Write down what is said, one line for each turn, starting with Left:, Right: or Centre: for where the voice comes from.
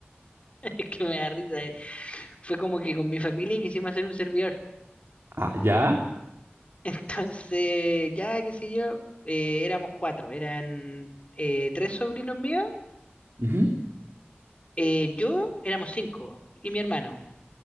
Left: <laughs> Es que me da risa. eh. Fue como que con mi familia quisimos hacer un servidor.
Right: Ah, ¿ya?
Left: <laughs> Entonces, ya qué sé yo, eh, éramos cuatro. Eran eh, tres sobrinos míos,
Right: Ujú.
Left: eh, yo éramos cinco y mi hermano.